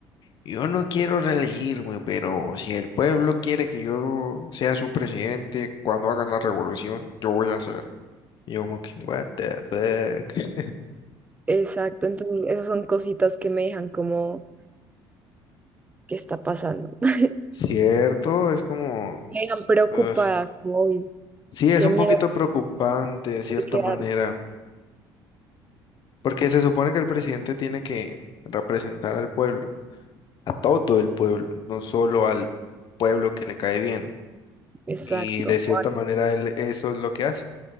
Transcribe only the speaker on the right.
Exacto, entonces esas son cositas que me dejan como, ¿qué está pasando? <laughs>
Me dejan preocupada,
como, uy,
qué
miedo
de quedar.
Exacto.